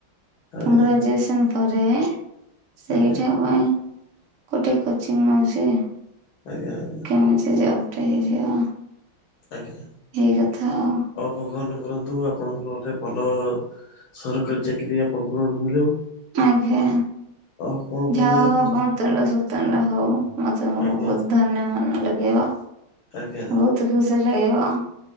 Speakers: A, on the left; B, on the right.
A: ଆଜ୍ଞା
B: ଫୁଁ ଗ୍ରାଯୁଏସନ୍ ପରେ ସେଇଠି
A: ଆଜ୍ଞା
B: ହବା ପାଇଁ ଗୋଟେ କୋଚିଙ୍ଗି ନୋଉଚି।
A: ଆଜ୍ଞା ଆଜ୍ଞା।
B: କେମିତି ଜବ୍ ଟେ ହେଇଯିବ।
A: ଆଜ୍ଞା
B: ଏଇ କଥା ଆଉ
A: ହଉ ଭଗବାନ କରନ୍ତୁ ଆପଣଙ୍କର ଗୋଟେ ଭଲ ସରକାରୀ ଚାକିରି ଆପଣଙ୍କୁ ବି ମିଳୁ
B: ଆଜ୍ଞା
A: ଆଉ ଆପଣ ପରିବାର
B: ଯାହା ହଉ
A: ଖୁସି
B: ଆପନ୍ ତୁଣ୍ଡ ସୁତଣ୍ଡ ହଉ ମତେ <unintelligible>
A: ଆଜ୍ଞା
B: ବହୁତ ଧନ୍ୟ ମନେ ଲାଗିବ
A: ଆଜ୍ଞା
B: ବହୁତ ତ ଖୁସି ଲାଗିବ